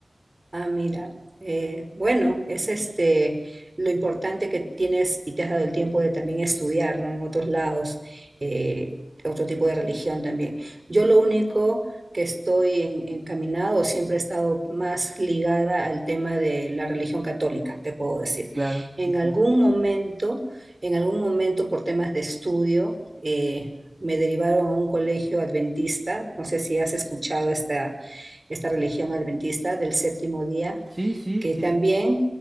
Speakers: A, on the right; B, on the right.
A: ah, mira. eh, bueno, es este lo importante que tienes y te has dado el tiempo de también estudiar, ¿no? En otros lados, eh, otro tipo de religión también. Yo lo único que estoy en- encaminado, siempre he estado más ligada al tema de la religión católica, te puedo decir.
B: Claro, sí,
A: En
B: sí.
A: algún momento, en algún momento por temas de estudio, eh, me derivaron a un colegio adventista, no sé si has escuchado esta esta religión adventista del séptimo día,
B: Sí, sí,
A: que
B: sí,
A: también